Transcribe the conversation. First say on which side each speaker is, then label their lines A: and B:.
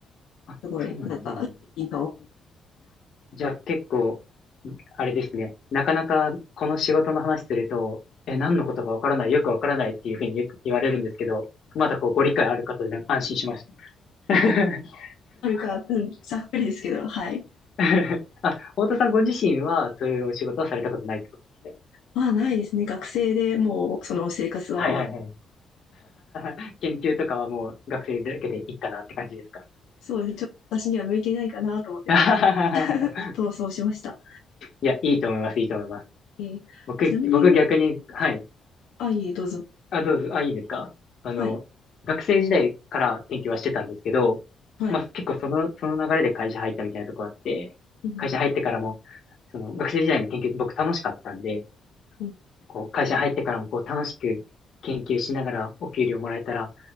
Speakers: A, on the left; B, on the left.
A: あ、
B: すごい、
A: そうなんだ、
B: なんか、
A: そうなんだ。
B: 責任感を
A: じゃあ結構、あれですね。なかなかこの仕事の話すると、え、何のことかわからない、よくわからないっていうふうによく言われるんですけど、まだこうご理解ある方でなんか安心しました。<laughs>
B: あるか、うん、ざっくりですけど、はい。
A: <laughs> あ、太田さんご自身はそういうお仕事はされたことないってことですよね。
B: まあ、ないですね。学生でもうその生活は終わって。
A: はいはいはい。<laughs> 研究とかはもう学生だけでいいかなって感じですか
B: そうですね。ちょっと私には向いていないかなと思って、
A: <laughs>
B: ちょっと逃走しました。
A: いや、いいと思います、いいと思います。
B: えーちなみに、
A: 僕、僕逆に、はい。
B: あ、いえ、どうぞ。
A: あ、どうぞ、あ、いいですかあの、
B: はい。
A: 学生時代から研究はしてたんですけど、
B: はい。
A: まあ結構その、その流れで会社入ったみたいなとこあって、
B: うん。
A: 会社入ってからも、その学生時代の研究僕楽しかったんで、
B: うん。
A: こう、会社に入ってからもこう、楽しく研究しながらお給料もらえたら